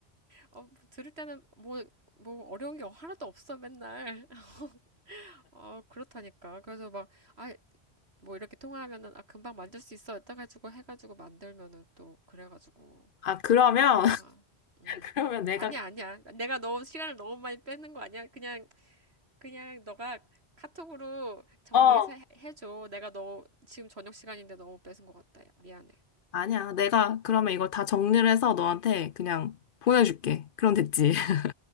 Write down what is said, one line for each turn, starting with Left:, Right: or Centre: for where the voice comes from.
Right: 어, 들을 때는 뭐, 뭐 어려운 게 하나도 없어 맨날. <laughs> 어, 그렇다니까. 그래서 막 아, 뭐 이렇게 통화하면은 아 금방 만들 수 있어 이따가지고 해가지고 만들면은 또 그래가지고
Left: 아, 그러면,
Right: 아
Left: <laughs>
Right: 음
Left: 그러면 내가,
Right: 아니야 아니야 내가 너무 시간을 너무 많이 뺏는 거 아니야 그냥 그냥 너가 카톡으로 정리해서
Left: 어,
Right: 해- 해줘 내가 너 지금 저녁 시간인데 너무 뺏은 것 같다 야 미안해
Left: 아니야. 내가 그러면 이걸 다 정리를 해서 너한테 그냥 보내줄게. 그럼 됐지. <laughs>